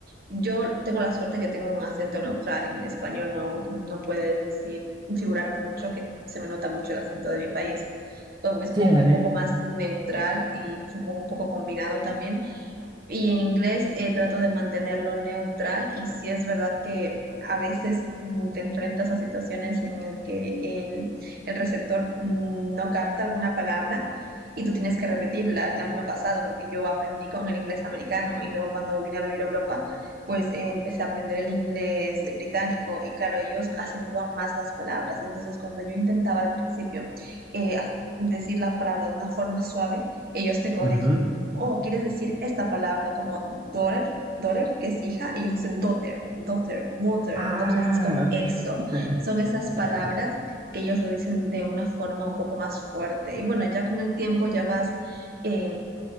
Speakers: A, on the right; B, on the right.
A: Yo tengo la suerte que tengo un acento neutral en el español, no, no puedes decir, figurar mucho, que se me nota mucho el acento de mi país. Um, Es como
B: Sí, dale.
A: un poco más neutral y supongo un poco combinado también. Y en inglés eh, trato de mantenerlo neutral y si es verdad que a veces mm, te enfrentas a situaciones en el que el, el receptor mm, no capta alguna palabra y tú tienes que repetirla. A mí me ha pasado porque yo aprendí con el inglés americano y luego cuando vine a vivir a Europa, pues eh, empecé a aprender el inglés británico y claro, ellos acentúan más las palabras. Entonces, cuando yo intentaba al principio eh, decir la palabra de una forma suave, ellos te corrigen.
B: Ujú.
A: Oh, quieres decir esta palabra como daughter, daughter, que es hija, ellos dicen daughter, daughter, water.
B: Ah,
A: Entonces es como eso.
B: ok. <laughs> Suena,
A: Son esas
B: suena.
A: palabras que ellos lo dicen de una forma un poco más fuerte. Y bueno, ya con el tiempo ya vas eh,